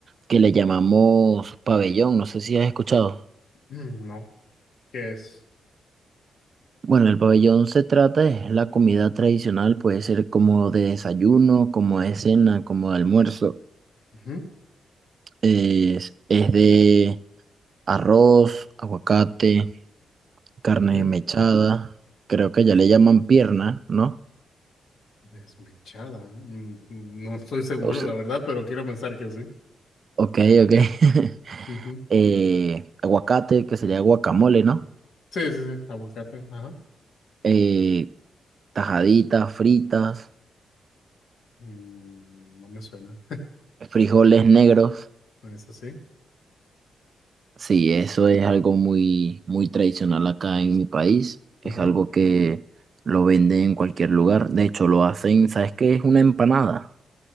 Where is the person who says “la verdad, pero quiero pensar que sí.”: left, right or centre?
Left